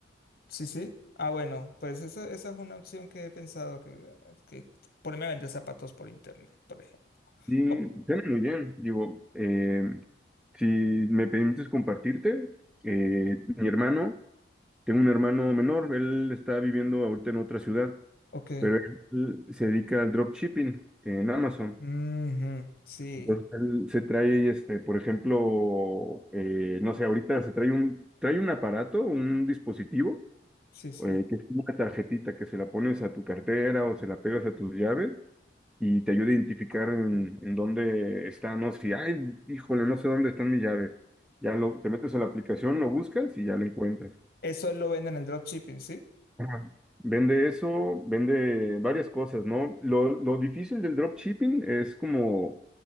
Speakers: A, on the left; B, in the centre.
A: Sí, sí. Ah, bueno, pues esa, esa es una opción que he pensado, que, que ponerme a vender zapatos por internet, por ejemplo.
B: Y
A: O
B: suena muy bien, digo, eh, si me permites compartirte, eh, mi hermano, tengo un hermano menor, él está viviendo ahorita en otra ciudad.
A: Ok.
B: pero él se dedica al dropshipping en Amazon.
A: Ujú, Sí,
B: Entonces él se trae, este, por ejemplo, eh, no sé, ahorita se trae un, trae un aparato, un dispositivo,
A: sí, sí.
B: eh, que es como una tarjetita que se la pones a tu cartera o se la pegas a tus llaves y te ayuda a identificar en, en dónde está, no sé, ay, híjole, no sé dónde están mis llaves. Ya lo, te metes a la aplicación, lo buscas y ya lo encuentras.
A: Eso lo venden en el dropshipping, ¿sí?
B: Ajá. Vende eso, vende varias cosas, ¿no? Lo, lo difícil del dropshipping es como